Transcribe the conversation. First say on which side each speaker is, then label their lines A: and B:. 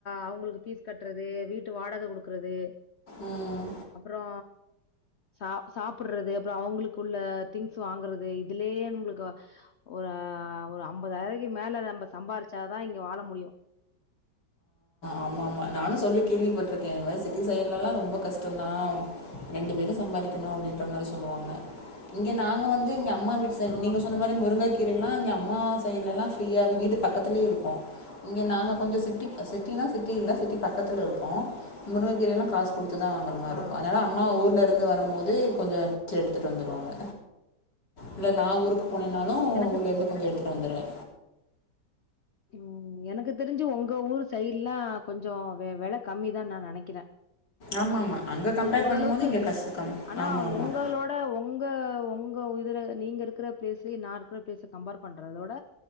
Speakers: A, on the left; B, on the left.
A: அவங்களுக்கு பீஸ் கட்றது வீட்டு வாடக குடுக்றது
B: ம்
A: அப்றோ சா சாப்பிட்றது அப்ற அவங்களுக் குள்ள திங்ஸ் வாங்கறது இதுலயே நம்மளுக்கு ஒரு ஒரு ஐம்பதாயிரக்கு மேல நம்ம சம்பாரிச்சாதா இங்க வாழ முடியு
B: ஆமா ஆமா நானு சொல்லி கேள்விப்பட்ருக்கே இது மாரி சிட்டி சைட்லலா ரொம்ப கஷ்டந்தா ரெண்டு பேரு சம்பாதிக்கணு அப்டின்ற மாரி சொல்லுவாங்க இங்க நாங்க வந்து இங்க அம்மா வீட்டு சைட்
A: ஆமா.
B: நீங்க சொன்ன மாரி முருங்கைக்கீரைலா இங்க அம்மா சைட்லல்லா ஃப்ரீயா வீட்டு பக்கத்லே இருக்கு இங்க நாங்க கொஞ்ச சிட்டி சிட்டினா சிட் டி இல்ல சிட்டி பக்கத்துல இருக்கு முருங்ககீரல்லா காசு குடுத்துதா வாங்ற மாரி
A: ஆ
B: இருக்கு அனால அம்மா ஊர்ல இருந்து வரு போது கொஞ்ச சு எடுத்துட்டு வந்துருவாங்க இல்ல நா ஊருக்கு போனேனாலு
A: எனக்கு
B: ஊர்ல இருந்து கொஞ்ச எடுத்துட்டு வந்துருவே
A: ம் எனக்கு தெரிஞ்சு ஒங்க ஊர் சைடு்லா கொஞ்ச வெல கம்மிதா நா நெனைக்கிறே
B: ஆமாம் ஆமாம் அங்கே கம்பேர்
A: ஓரளவுக்கு
B: பண்ணும்போது இங்கே
A: இருக்கு
B: கஷ்டம் கம்
A: ஆனா
B: ஆமாம் ஆமாம்
A: ஒங்களோ ங்க ஒங்க ஒங்க இதுல நீங்க இருக்கிற ப்ளேஸ் நா இருக்ற ப்ளேஸ் கம்பேர் பண்றதோட